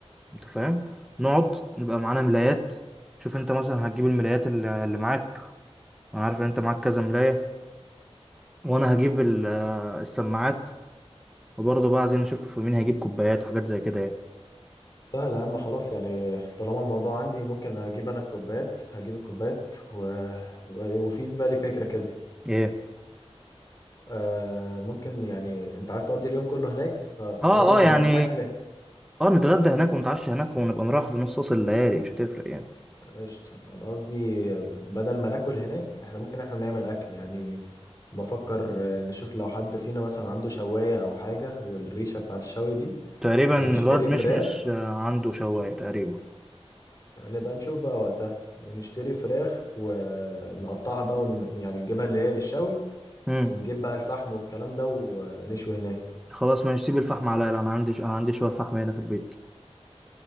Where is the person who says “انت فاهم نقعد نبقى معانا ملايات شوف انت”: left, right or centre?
Centre